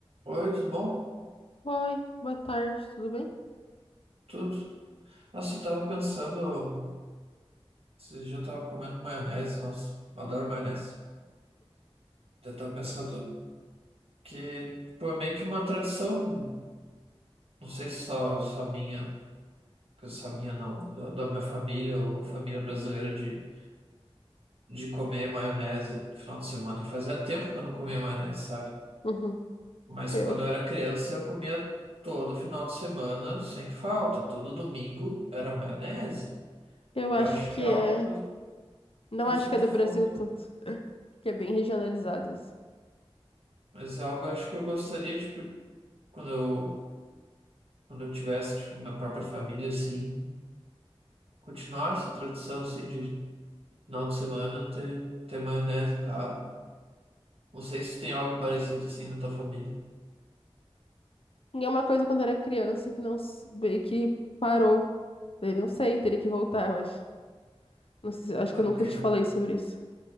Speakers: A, on the right; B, on the left.
A: Oi, tudo bom?
B: Oi, boa tarde, tudo bem?
A: Tudo. Nossa, eu tava pensando, esses dias eu tava comendo maionese, nossa, eu adoro maionese. Eu tava pensando que, pô, é meio que uma tradição, não sei se só, só minha, que só minha não, da, da minha família ou família brasileira de, de comer maionese no final de semana. E fazia tempo que eu não comia maionese, sabe?
B: Uhum.
A: Mas
B: Eu,
A: quando eu era criança eu comia todo final de semana, sem falta, todo domingo era maionese.
B: eu
A: Eu
B: acho
A: acho
B: que
A: que é algo
B: é.
A: que eu,
B: Não
A: que
B: acho
A: eu sinto
B: que é do
A: falta.
B: Brasil todo, que é bem regionalizado isso.
A: Mas é algo eu acho que eu gostaria, tipo, quando eu, quando eu tivesse, tipo, minha própria família, assim, continuar essa tradição, assim, de final de semana ter, ter maionese em casa. Não sei se tem algo parecido, assim, na tua família.
B: E é uma coisa quando era criança que não s- meio que parou. Daí não sei, teria que voltar, eu acho. Não sei, se- acho
A: O
B: que eu nunca
A: quê?
B: te falei sobre isso.